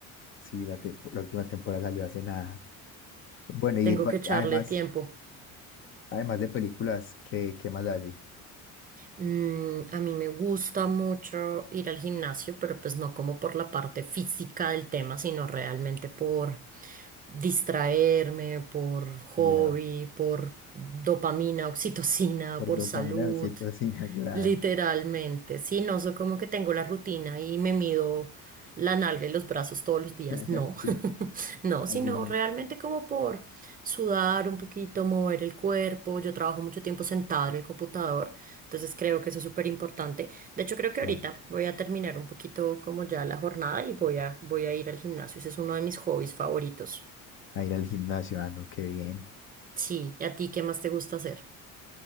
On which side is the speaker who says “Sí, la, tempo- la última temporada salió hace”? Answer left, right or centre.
Left